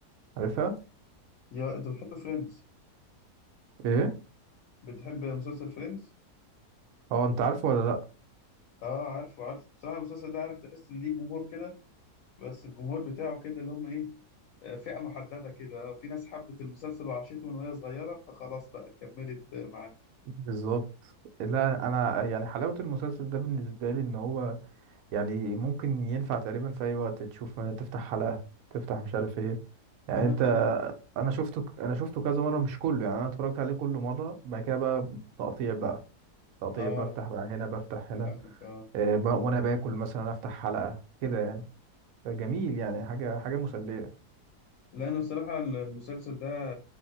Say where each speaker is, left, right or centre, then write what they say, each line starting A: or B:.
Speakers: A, on the right; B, on the left.
A: عارفها
B: يا انت بتحب فريندز
A: ايه
B: بتحب مسلسل فريندز
A: اه انت عارفه ولا لا
B: اه عارفه عارفه بصراحة المسلسل ده عارف تحس ان ليه جمهور كده بس الجمهور بتاعه كده اللي هم ايه آه، فئة محددة كده آه، في ناس حبت المسلسل وعاشته من وهي صغيرة فخلاص بقى كملت آه، معاه
A: بالظبط لا انا يعني حلاوه المسلسل ده بالنسبه لي ان هو يعني ممكن ينفع تقريبا في اي وقت تشوف مثلا تفتح حلقه تفتح مش عارف ايه يعني
B: انا
A: انت
B: انا
A: انا شفته ك- انا شفته كذا مره مش كله يعني انا اتفرجت عليه كله مره بعد كده بقى تقطيع بقى تقطيع
B: اه
A: بفتح بقى هنا بفتح هنا
B: فاهمك اه
A: آه، ب- وانا باكل مثلا افتح حلقة كده يعني فجميل يعني حاجة حاجة مسلية
B: لا انا بصراحة المسلسل ده